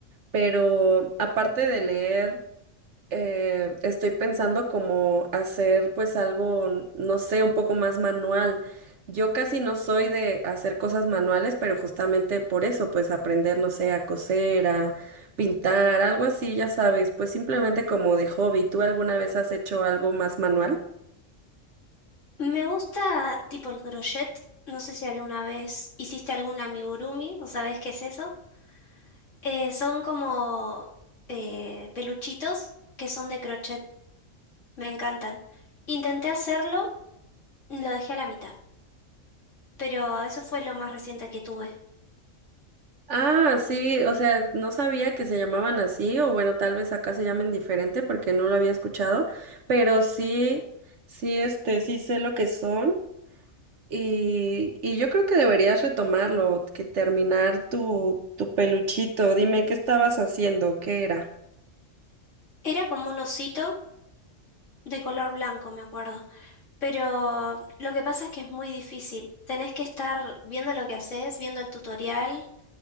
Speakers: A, on the right (about 65°); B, on the left (about 65°).
A: Pero aparte de leer eh, estoy pensando como hacer pues algo, no sé, un poco más manual. Yo casi no soy de hacer cosas manuales, pero justamente por eso, pues aprender, no sé, a coser, a pintar, algo así, ya sabes, pues simplemente como de hobby. ¿Tú alguna vez has hecho algo más manual?
B: Me gusta tipo el crochet. No sé si alguna vez hiciste algún amigurumi o sabes qué es eso. Eh, son como eh, peluchitos que son de crochet. Me encantan. Intenté hacerlo, lo dejé a la mitad, pero eso fue lo más reciente que tuve.
A: Ah, sí, o sea, no sabía que se llamaban así, o bueno, tal vez acá se llamen diferente porque no lo había escuchado, pero sí, sí, este, sí sé lo que son. Y, y yo creo que deberías retomarlo, que terminar tu, tu peluchito. Dime, ¿qué estabas haciendo? ¿Qué era?
B: Era como un osito de color blanco, me acuerdo, pero lo que pasa es que es muy difícil. Tenés que estar viendo lo que haces, viendo el tutorial.